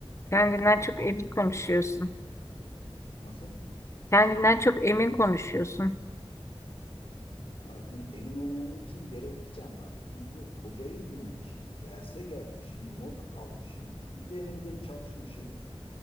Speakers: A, on the left; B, on the left.
A: Kendinden çok emin konuşuyorsun.
B: Nasıl?
A: Kendinden çok emin konuşuyorsun.
B: Ha, şimdi emin olmam için gerekçem var. Çünkü hocayı dinlemişim, derse gelmişim, not almışım, üzerine bir de çalışmışım.